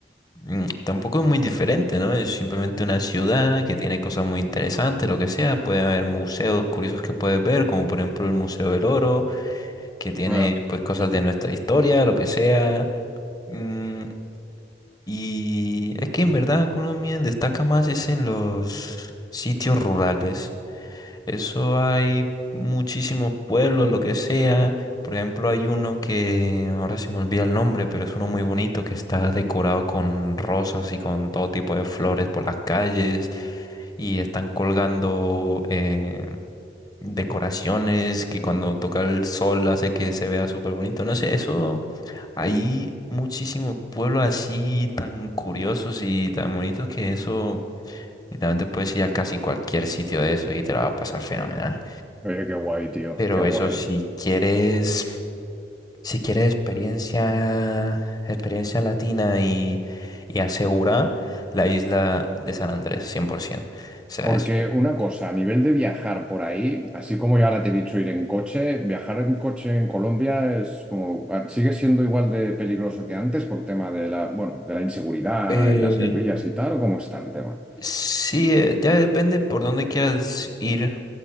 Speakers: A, on the left (about 20°); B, in the centre.
A: mm, tampoco es muy diferente, ¿no? Es simplemente una ciudad que tiene cosas muy interesantes, lo que sea. Puede haber museos curiosos que puedes ver, como por ejemplo el Museo del Oro, que tiene
B: Ah,
A: pues cosas
B: hostia.
A: de nuestra historia, lo que sea. Mm, y es que en verdad Colombia destaca más es en los sitios rurales. Eso hay muchísimos pueblos, lo que sea. Por ejemplo, hay uno que ahora se me olvida el nombre, pero es uno muy bonito que está decorado con rosas y con todo tipo de flores por las calles y están colgando eh, decoraciones que cuando toca el sol hace que se vea súper bonito. No sé, eso hay muchísimos pueblos así tan curiosos y tan bonitos que eso literalmente puedes ir a casi cualquier sitio de eso y te la va a pasar fenomenal.
B: Oye, qué guay, tío.
A: Pero
B: Qué guay.
A: eso, si quieres, si quieres experiencia, experiencia latina y, y asegura la isla de San Andrés, 100%. O sea,
B: Porque
A: es,
B: una cosa, a nivel de viajar por ahí, así como yo ahora te he dicho ir en coche, viajar en coche en Colombia es como, ah, sigue siendo igual de peligroso que antes por tema de la, bueno, de la inseguridad
A: eh,
B: y las guerrillas y tal, ¿o cómo está el tema?
A: sí, eh, ya depende por dónde quieras ir.